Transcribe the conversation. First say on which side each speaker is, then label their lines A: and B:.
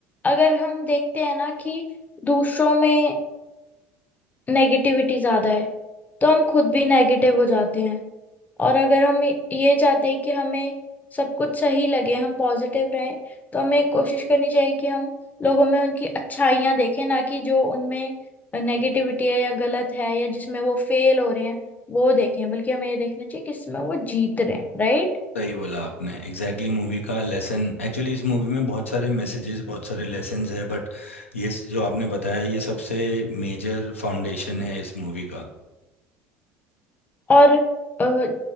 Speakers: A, on the left; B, on the left.
A: अगर हम देखते हैं ना कि दूसरों में नेगेटिविटी ज्यादा है तो हम खुद भी नेगेटिव हो जाते हैं और अगर हम ये चाहते हैं कि हमें सब कुछ सही लगे हम पॉजिटिव रहें तो हमें कोशिश करनी चाहिए कि हम लोगों में उनकी अच्छाइयाँ देखें ना कि जो उनमें नेगेटिविटी है या गलत है या जिसमें वो फेल हो रहे हैं वो देखें बल्कि हमें ये देखना चाहिए कि इसमें वो जीत रहे हैं right?
B: सही बोला आपने एग्जैक्टली exactly मूवी का लेसन एक्चुअली इस मूवी में बहुत सारे मैसेजेस बहुत सारे लेसन्स है बट ये स- जो आपने बताया ये सबसे मेजर फाउंडेशन है इस मूवी का
A: और अ,